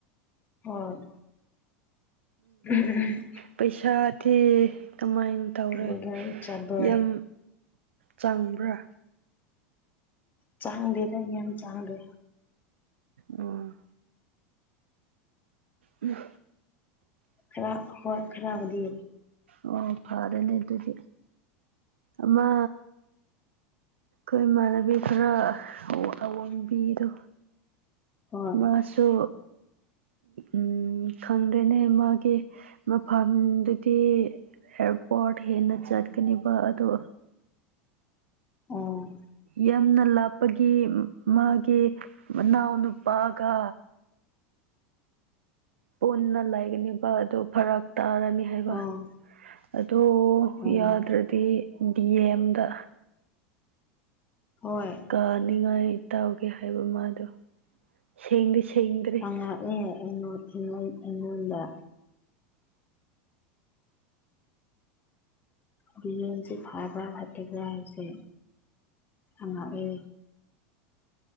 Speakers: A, on the left; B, on the right.
A: ꯍꯝ ꯎꯝ ꯎꯝ
B: ꯄꯩꯁꯥꯗꯤ ꯀꯃꯥꯏꯅ ꯇꯧꯔꯦ
A: ꯔꯤꯒꯨꯂꯔ ꯆꯠꯂꯦ
B: ꯌꯥꯝ ꯆꯪꯕ꯭ꯔꯥ
A: ꯆꯥꯡꯗꯦꯔ ꯌꯥꯝ ꯆꯥꯡꯂꯦ
B: ꯎ ꯎꯝ
A: ꯈꯔ ꯍꯣꯏ ꯈꯔꯕꯗꯤ
B: ꯑꯣ ꯐꯔꯅꯦ ꯑꯗꯨꯗꯤ ꯑꯃ ꯑꯩ ꯃꯥꯟꯅꯕꯤ ꯊꯔꯥ ꯑꯋꯡꯕꯤꯗꯣ
A: ꯍꯣꯏ
B: ꯃꯥꯁꯨ ꯎꯝ ꯈꯪꯗ꯭ꯔꯦꯅꯦ ꯃꯥꯒꯤ ꯃꯐꯝꯗꯨꯗꯤ ꯑꯦꯌꯥꯔꯄꯣꯔꯠ ꯍꯦꯟꯅ ꯆꯠꯀꯅꯤꯕ ꯑꯗꯣ
A: ꯎꯝ
B: ꯌꯥꯝꯅ ꯂꯥꯞꯄꯒꯤ ꯃꯥꯒꯤ ꯃꯅꯥꯎꯅ ꯅꯨꯄꯥꯒ ꯄꯨꯟꯅ ꯂꯩꯒꯅꯤꯕ ꯑꯗꯨ ꯐꯔꯛ ꯇꯥꯔꯅꯤ ꯍꯥꯏꯕ
A: ꯑꯣ
B: ꯑ
A: ꯎꯝ
B: ꯌꯥꯗ꯭ꯔꯗꯤ ꯗꯤ ꯑꯦꯝꯗ
A: ꯍꯣꯏ
B: ꯀꯥꯅꯤꯡꯉꯥꯏ ꯇꯥꯎꯒꯦ ꯍꯥꯏꯕ ꯃꯥꯗꯣ ꯁꯦꯡꯗꯤ ꯁꯦꯡꯗꯤ
A: ꯐꯪꯉꯛꯑꯦ ꯑꯩꯉꯣꯟ ꯑꯩꯉꯣꯟꯗ ꯍꯧꯖꯤꯛ ꯐꯕ꯭ꯔꯥ ꯐꯠꯇꯕ꯭ꯔꯥ ꯍꯥꯏꯁꯦ ꯍꯪꯉꯛꯑꯦ